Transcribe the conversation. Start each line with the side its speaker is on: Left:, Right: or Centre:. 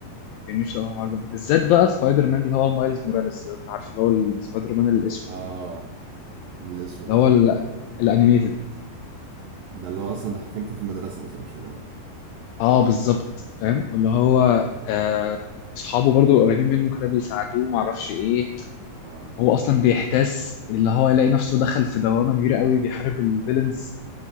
Left: كان نفسي أوي الحوار ده بالذات بقى سبايدر مان اللي هو مايلز موراليس لو انت عارف اللي هو السبايدر مان الاسود
Right: اه الاسود
Left: اللي
Right: ايوه
Left: هو ال- الانيميتد
Right: ده اللي هو اصلا ده حرفيا كان في مدرسه مثلا مش في جامعه
Left: اه بالظبط فاهم اللي هو آه، اصحابه برضو قريبين منه كده بيساعدوه ما اعرفش ايه
Right: اه
Left: هو اصلا بيحتاس اللي هو يلاقي نفسه دخل في دوامه كبيره قوي بيحارب الفيلنز